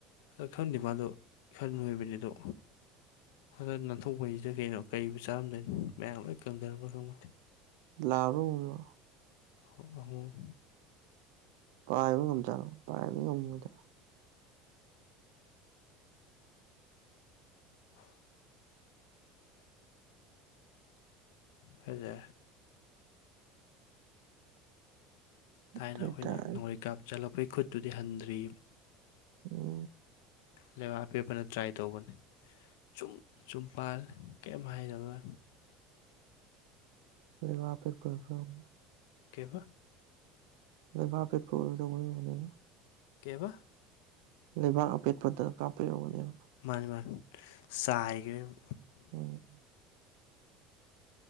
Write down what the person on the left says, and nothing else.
ꯑ ꯈꯪꯗꯦ ꯃꯥꯗꯣ ꯈ ꯅꯣꯏꯕꯅꯤ ꯗꯣ ꯈꯒ ꯅꯥꯟꯊꯣꯛꯄꯖꯤꯗ ꯀꯩꯅꯣ ꯀꯩꯕꯨ ꯆꯥꯔꯝꯗꯣꯏꯅꯣ ꯃꯌꯥꯡ ꯂꯣꯏ ꯀꯪꯗꯔꯝꯕ꯭ꯔꯥ ꯈꯪꯄꯣꯠꯇꯦ
ꯑ-ꯑꯃꯣꯝ
<inaudible> ꯍꯖꯦ ꯊꯥꯏꯅ
ꯑꯩꯈꯣꯏꯅ ꯅꯥꯎꯔꯤ ꯀꯥꯞ ꯆꯠꯂꯛꯄꯩ ꯈꯨꯠꯇꯨꯗꯤ ꯍꯟꯗ꯭ꯔꯤ
ꯂꯩꯕꯥꯛ ꯑꯄꯦꯠꯄꯅ ꯇ꯭ꯔꯥꯏ ꯇꯧꯕꯅꯦ ꯆꯨꯝ ꯆꯨꯝ ꯄꯥꯜꯂꯦ ꯀꯦꯝ ꯍꯥꯏꯗꯕ
ꯀꯩ ꯑꯕ
ꯀꯩ ꯑꯕ
ꯃꯥꯅꯤ ꯃꯥꯟ ꯆꯥꯏꯒ꯭ꯔꯦꯕ